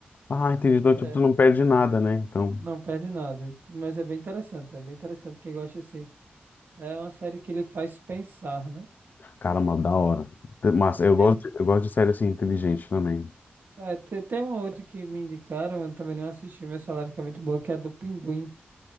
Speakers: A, on the left (about 50°); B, on the right (about 55°).
A: Ah, entendi. Então,
B: Mas
A: tipo,
B: é,
A: tu não perde nada, né? Então,
B: não perde nada. Mas é bem interessante, é bem interessante quem gosta assim. É uma série que ele faz pensar, né?
A: caramba, da hora. Mas eu
B: Teve.
A: gosto, eu gosto de série assim, inteligente também.
B: É, te- tem uma outra que me indicaram, eu também não assisti, mas falaram que é muito boa, que é a do Pinguim.